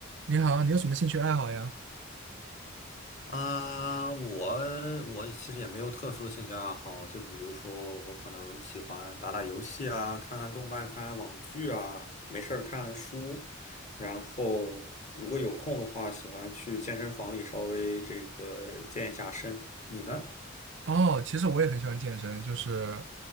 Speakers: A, on the right (about 60°); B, on the left (about 40°).
A: 你好，你有什么兴趣爱好呀？
B: 啊，我我其实也没有特殊的兴趣爱好，就比如说我可能喜欢打打游戏啊，看看动漫，看看网剧啊，没事儿看看书，然后如果有空的话，喜欢去健身房里稍微这个健一下身。你呢？
A: 哦，其实我也很喜欢健身，就是，